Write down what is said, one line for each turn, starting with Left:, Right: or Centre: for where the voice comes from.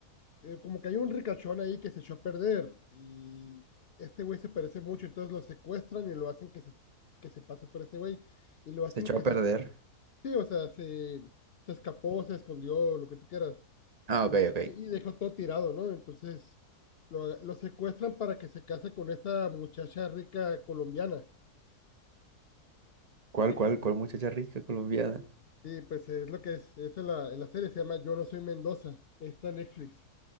Left: eh, como que hay un ricachón ahí que se echó a perder y este güey se parece mucho, entonces lo secuestran y lo hacen que se, que se pase por este güey y lo hacen
Right: Se echó
Left: que
Right: a perder.
Left: se Sí, o sea, se, se escapó, se escondió, lo que tú quieras,
Right: Ah, ok, ok.
Left: y, y dejó todo tirado, ¿no? Entonces lo, lo secuestran para que se case con esta muchacha rica colombiana.
Right: ¿Cuál,
Left: Y,
Right: cuál, cuál muchacha rica colombiana?
Left: y, pues es lo que es, es en la, en la serie, se llama Yo no soy Mendoza, está en Netflix.